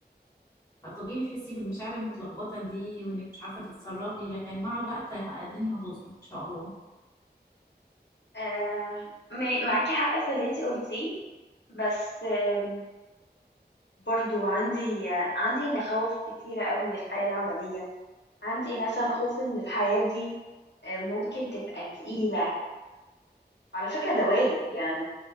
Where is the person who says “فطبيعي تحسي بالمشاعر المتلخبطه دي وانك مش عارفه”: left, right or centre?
Left